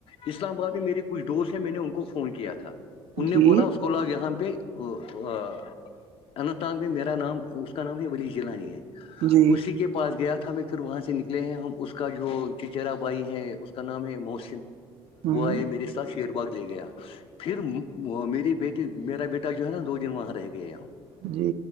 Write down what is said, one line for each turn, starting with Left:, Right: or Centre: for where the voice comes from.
Left: اسلام آباد میں میری کچھ دوست ہیں میں نے ان کو فون کیا تھا ان نے
Right: جی
Left: بولا اس کو لوگ یہاں پہ اننت نگ میں میرا نام اس کا نام ہے ولی جلانی ہے
Right: جی
Left: اسی کے پاس گیا تھا ہم پھر وہاں سے نکلے ہیں ہم اس کا جو چچرا بھائی ہے اس کا نام ہے محسن
Right: ہوں
Left: وہ آئے میرے ساتھ شیر باغ لے گیا پھر میری بیٹی میرا بیٹا جو ہے نا دو دن وہاں رہ گئے ہم
Right: جی